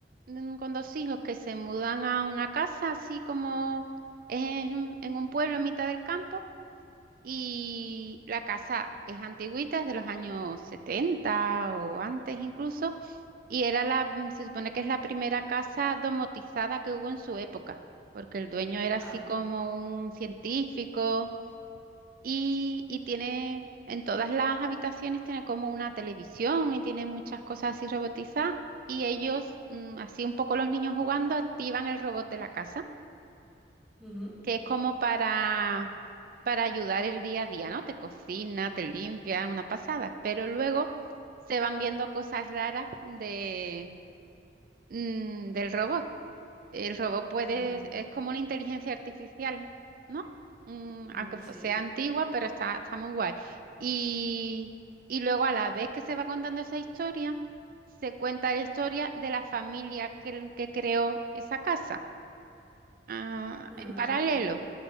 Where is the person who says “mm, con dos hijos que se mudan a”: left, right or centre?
Right